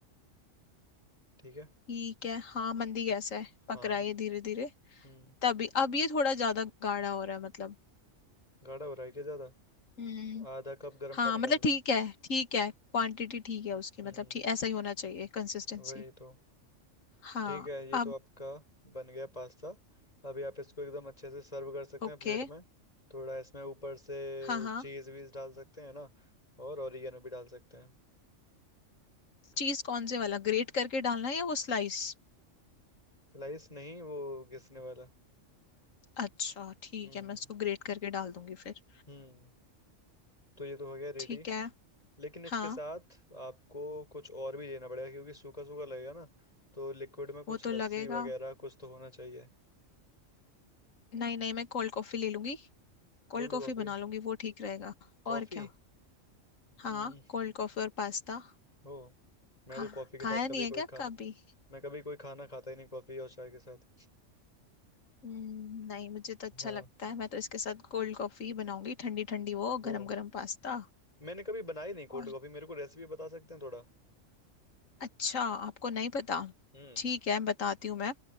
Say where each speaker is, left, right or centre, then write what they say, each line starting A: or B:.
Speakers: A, on the left; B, on the left.
A: ठीक है
B: ठीक है हाँ मंदी गैस है
A: हाँ
B: पक रहा है ये धीरे धीरे
A: हम्म
B: तभी अब ये थोड़ा ज्यादा गाढ़ा हो रहा है मतलब
A: गाढ़ा हो रहा है क्या ज़्यादा
B: हम्म
A: आधा कप गर्म
B: हाँ
A: पानी
B: मतलब
A: डाल
B: ठीक
A: दो
B: है ठीक है क्वांटिटी ठीक है उसकी मतलब
A: हम्म
B: ठीक ऐसा ही होना चाहिए कंसिस्टेंसी
A: वही तो
B: हाँ
A: ठीक है ये
B: अब
A: तो आपका बन गया पास्ता अभी आप इसको एकदम अच्छे से सर्व कर सकते
B: ओके
A: हैं प्लेट में थोड़ा इसमें ऊपर से
B: हाँ हाँ
A: चीज़ वीज डाल सकते हैं ना और ओरिगेनो भी डाल सकते हैं
B: चीज कौन से वाला ग्रेट करके डालना है या वो स्लाइस
A: स्लाइस नहीं वो घिसने वाला
B: अच्छा ठीक
A: हम्म
B: है मैं उसको ग्रेट करके डाल दूंगी फिर
A: हम्म तो ये तो हो गया रेडी
B: ठीक है
A: लेकिन इसके
B: हाँ
A: साथ आपको कुछ और भी देना पड़ेगा क्योंकि सूखा सूखा लगेगा ना तो लिक्विड में कुछ
B: वो तो
A: लस्सी
B: लगेगा
A: वगैरह कुछ तो होना चाहिए
B: नहीं नहीं मैं कोल्ड कॉफी ले लूंगी कोल्ड
A: Cold
B: कॉफी
A: coffee
B: बना लूंगी वो ठीक रहेगा
A: कॉफी
B: और क्या
A: हम्म
B: हाँ कोल्ड कॉफी और पास्ता
A: हो मैं
B: खा
A: तो कॉफी के
B: खाया
A: साथ कभी
B: नहीं है
A: कोई
B: क्या
A: खाना
B: कभी
A: मैं कभी कोई खाना खाता ही नहीं कॉफी और चाय के साथ
B: हम्म,
A: <laughs>
B: नहीं मुझे तो अच्छा
A: हाँ
B: लगता है मैं तो इसके साथ कोल्ड कॉफी बनाऊंगी ठंडी ठंडी वो
A: हो
B: गरम गरम पास्ता
A: मैंने कभी बनाई नहीं कोल्ड
B: और
A: कॉफी मेरे को रेसिपी बता सकते हैं थोड़ा
B: अच्छा आपको नहीं पता
A: हम्म
B: ठीक है बताती हूँ मैं